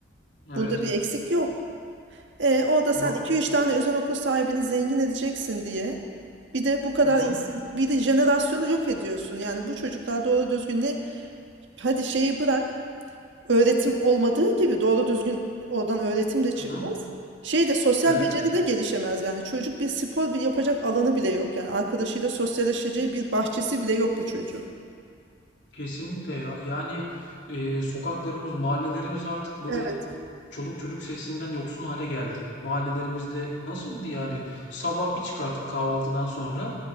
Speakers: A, on the left (about 65°); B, on the right (about 75°).
A: Evet.
B: Bunda bir eksik yok. E, orada
A: Yok.
B: sen iki üç tane özel okul sahibini zengin edeceksin diye. Bir de bu kadar
A: Hı hı.
B: ins- bir de jenerasyonu yok ediyorsun. Yani bu çocuklar doğru düzgün ne? Hadi şeyi bırak. Öğretim olmadığı gibi doğru düzgün oradan öğretim de çıkmaz.
A: Hı hı.
B: Şey de sosyal
A: Evet.
B: beceri de gelişemez yani. Çocuk bir spor bir yapacak alanı bile yok yani. Arkadaşıyla sosyalleşeceği bir bahçesi bile yok bu çocuğun.
A: Kesinlikle ya. Yani e, sokaklarımız, mahallelerimiz artık böyle
B: Evet.
A: Çoluk çocuk sesinden yoksun hale geldi. Mahallelerimizde nasıldı yani? Sabah bir çıkardık kahvaltıdan sonra.